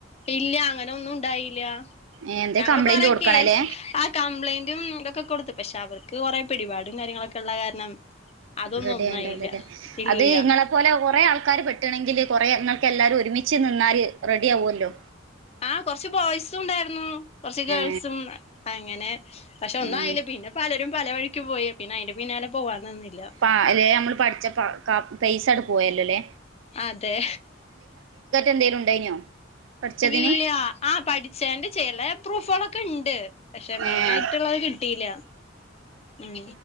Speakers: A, on the left (about 30°); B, on the right (about 70°).
A: ഇല്ല അങ്ങനൊന്നുണ്ടായില
B: ഏഹ് എന്തേ
A: ഞങ്ങള്
B: കംപ്ലൈന്റ്
A: കൊറെ
B: കൊടുക്കണല്ലേ
A: കേസ്. ആഹ് കംപ്ലൈന്റും ഇതൊക്കെ കൊടുത്തു പക്ഷെ അവർക്ക് കുറെേ പിടിപാടും കാര്യങ്ങളൊക്കെ ഉള്ള കാരണം. അതൊന്നും
B: റെഡ്യായിണ്ടാവില്ലലേ
A: ഒന്നായില്ല ഇല്ല
B: അത് ഇങ്ങളെപ്പോലെ കൊ റേ ആൾക്കാര് പെട്ട്ണെങ്കില് കുറേ നിങ്ങൾക്കെല്ലാരു ഒരുമിച്ച് നിന്നാല് റെഡ്യാവൊല്ലോ.
A: ആഹ് കൊറച്ച് ബോയ്സും ഇണ്ടായിരുന്നു കൊറച്ച് ഗേൾസും
B: ഏ
A: അങ്ങനെ പക്ഷെ ഒന്നുആയില്ല
B: ഉം
A: പിന്നെ. പലരും പല വഴിക്ക് പോയി പിന്നെ അതിന്റെ പിന്നാലെ പോവനിന്നില്ല.
B: ആഹ് അല്ലെ നമ്മള് പഠിച്ച പ ക പൈസട് പോയല്ലോലെ.
A: അതെ
B: എന്തേലും ഉണ്ടായിനോ പഠിച്ചതിന്
A: ഇല്ല ആഹ് പട് ചേന്റെ ചെലെ പ്രൂഫുളൊക്കെണ്ട്. പക്ഷെ മെയിനായിട്ടുള്ളത്
B: ഏ
A: കിയിട്ടില ഉം.